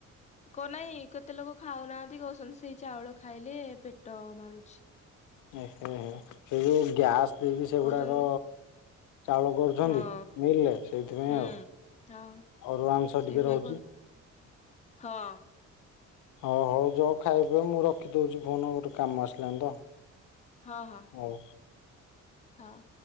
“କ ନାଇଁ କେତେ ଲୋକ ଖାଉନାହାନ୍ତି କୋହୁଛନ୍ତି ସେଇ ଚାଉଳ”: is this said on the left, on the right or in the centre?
Left